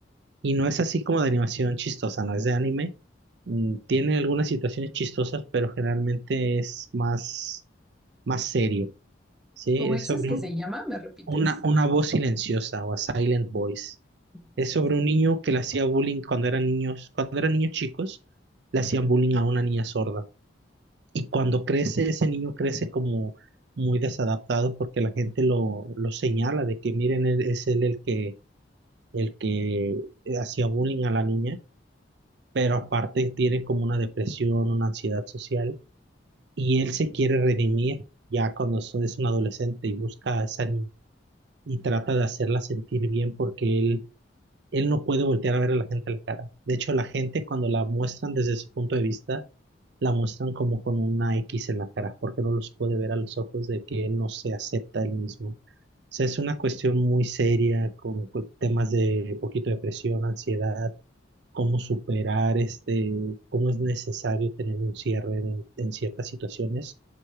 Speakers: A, on the right; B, in the centre.
A: Y no es así como de animación chistosa, no es de anime. Mm, Tiene algunas situaciones chistosas, pero generalmente es más, más serio. Sí,
B: ¿Cómo
A: es
B: dices
A: sobre
B: que
A: un-
B: se llama? ¿Me repites?
A: una, una voz silenciosa o a silent voice.
B: Delicioso.
A: Es sobre un niño que le hacía bullying cuando eran niños, cuando eran niños chicos, le hacían bullying a una niña sorda. Y cuando crece, ese niño crece como muy desadaptado porque la gente lo, lo señala de que miren, él- es él el que, el que hacía bullying a la niña, pero aparte tiene como una depresión, una ansiedad social, y él se quiere redimir ya cuando es es un adolescente y busca a esa niña y trata de hacerla sentir bien porque él él no puede voltear a ver a la gente a la cara. De hecho, la gente cuando la muestran desde su punto de vista, la muestran como con una X en la cara, porque no los puede ver a los ojos de que él no se acepta él mismo. O sea, es una cuestión muy seria con, con temas de poquito depresión, ansiedad, cómo superar este, cómo es necesario tener un cierre en, en ciertas situaciones.